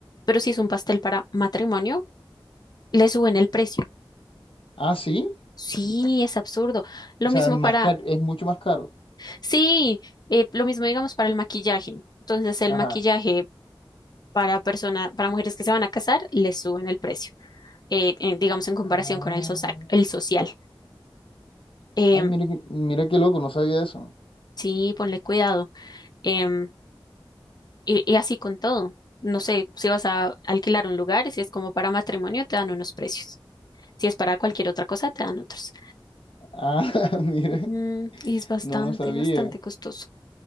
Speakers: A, on the left (about 50°); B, on the left (about 80°).
A: pero si es un pastel para matrimonio, le suben el precio.
B: Ah, sí.
A: Sí, es absurdo. Lo
B: O sea,
A: mismo
B: más
A: para,
B: car- es mucho más caro.
A: sí, eh, lo mismo digamos para el maquillaje. Entonces el
B: Ajá.
A: maquillaje para personas, para mujeres que se van a casar, les suben el precio, eh, en- digamos en comparación
B: Ah,
A: con el social, el social. Em,
B: ay, mire, que- mira qué loco, no sabía eso.
A: sí, ponle cuidado. Em, y, y así con todo. No sé, si vas a alquilar un lugar, si es como para matrimonio, te dan unos precios. Si es para cualquier otra cosa, te dan otros.
B: Ah, <laughs> mire.
A: Mm, y es bastante,
B: no, no sabía.
A: bastante costoso.